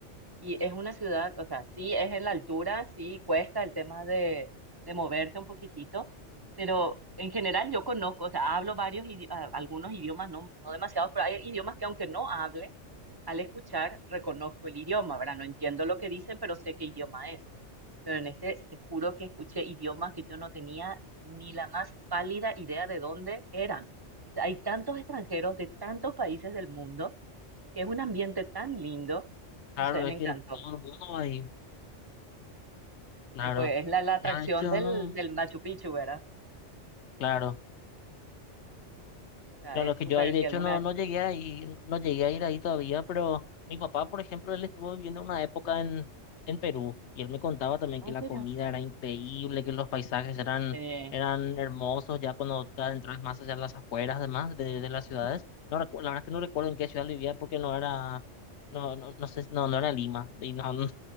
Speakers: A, on the right; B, on the left.
A: Y es una ciudad, o sea, sí es en la altura, sí cuesta el tema de, de moverte un poquitito, pero en general yo conozco, o sea, hablo varios, idi- a- algunos idiomas, no, no demasiados, pero hay idiomas que aunque no hable, al escuchar reconozco el idioma, ¿verdad? No entiendo lo que dicen, pero sé qué idioma es. Pero en este te juro que escuché idiomas que yo no tenía ni la más pálida idea de dónde eran. O sea, hay tantos extranjeros de tantos países del mundo, que es un ambiente tan lindo,
B: claro,
A: no sé, me
B: es
A: encantó.
B: que todo el mundo va ahí, claro.
A: Eh, pues es la, la atracción
B: Ya, de hecho,
A: del,
B: no,
A: del Machu Picchu, ¿verdad?
B: claro,
A: O sea,
B: claro,
A: es
B: es que
A: súper,
B: yo ahí, de
A: si
B: hecho,
A: alguna
B: no,
A: vez.
B: no llegué a ir, no no llegué a ir ahí todavía, pero mi papá, por ejemplo, él estuvo viviendo una época en, en Perú y él me contaba también
A: Ah,
B: que
A: ¿En
B: la
A: serio?
B: comida era increíble, que los paisajes eran,
A: eh,
B: eran hermosos, ya cuando te adentras más allá en las afueras, además, de, de las ciudades.
A: o
B: No recu- la verdad es que no recuerdo en qué ciudad vivía porque no era. No, no, no sé, no, no era Lima, y no, <laughs> no,